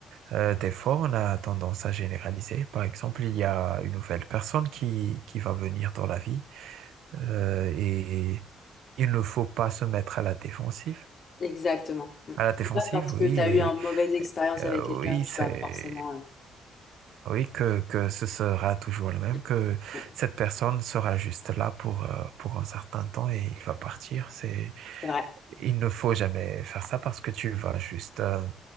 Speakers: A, on the right; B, on the left.
A: Euh, des fois, on a tendance à généraliser. Par exemple, il y a une nouvelle personne qui, qui va venir dans la vie euh, et il ne faut pas se mettre à la défensive.
B: Exactement. Mm.
A: À la défensive,
B: C'est pas parce que
A: oui,
B: tu
A: et,
B: as eu une mauvaise expérience
A: et, euh,
B: avec quelqu'un
A: oui,
B: que
A: c'est.
B: tu vas forcément. euh,
A: Oui, que, que ce sera toujours le même,
B: mm,
A: que
B: mm.
A: cette personne sera juste là pour, euh, pour un certain temps et il va partir. C'est,
B: C'est vrai.
A: il ne faut jamais faire ça parce que tu vas juste euh,